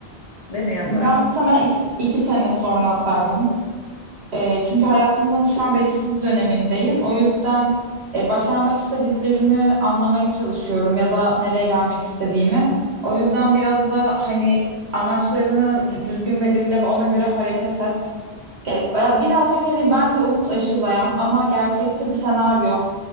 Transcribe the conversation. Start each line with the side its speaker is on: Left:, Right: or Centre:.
Left: ve ne yazardın?
Right: ben muhtemelen iki iki sene sonra atardım. E, çünkü hayatımın şu an belirsiz bir dönemindeyim. O yüzden e, başarmak istediklerimi anlamaya çalışıyorum ya da nereye gelmek istediğimi. O yüzden biraz da hani amaçlarını dü- düzgün belirle ve ona göre hareket et. Ya- ya Birazcık hani ben de umut aşılayan ama gerçekçi bir senaryo